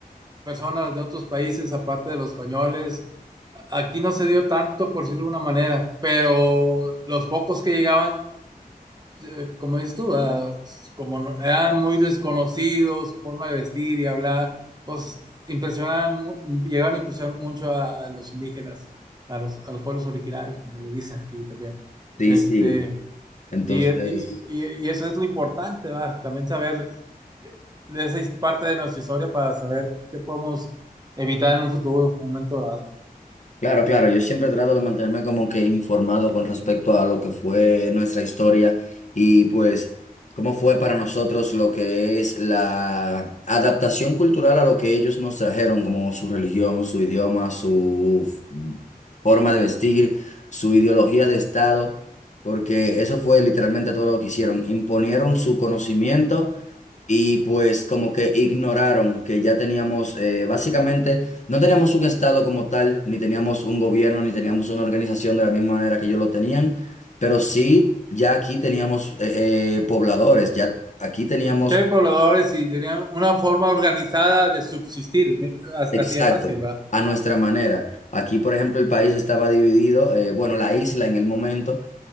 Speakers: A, on the right; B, on the left.
A: personas de otros países, aparte de los españoles, a- aquí no se dio tanto, por decirlo de una manera, pero los pocos que llegaban eh, como dices tú, ah, s- como no- eran muy desconocidos, su forma de vestir y hablar, pues impresionaban, mu- llegaron a impresionar mucho a, a los indígenas, a los, a los pueblos originarios, como lo dicen aquí también.
B: sí.
A: Este,
B: sí. Entonces...
A: y, es- y- y- y eso es lo importante, ¿va? También saber eh, de esa his- parte de nuestra historia para saber qué podemos evitar en un futuro, un momento dado.
B: Claro, claro, yo siempre trato de mantenerme como que informado con respecto a lo que fue nuestra historia y pues cómo fue para nosotros lo que es la adaptación cultural a lo que ellos nos trajeron, como su religión, su idioma, su f- forma de vestir, su ideología de Estado, porque eso fue literalmente todo lo que hicieron, imponieron su conocimiento y pues como que ignoraron que ya teníamos, eh, básicamente, no teníamos un estado como tal, ni teníamos un gobierno, ni teníamos una organización de la misma manera que ellos lo tenían, pero sí, ya aquí teníamos eh, eh, pobladores, ya aquí teníamos,
A: Que pobladores y tenían una forma organizada de subsistir, mi- as-
B: exacto,
A: así de fácil, ¿va?
B: a nuestra manera. Aquí, por ejemplo, el país estaba dividido, eh, bueno, la isla en el momento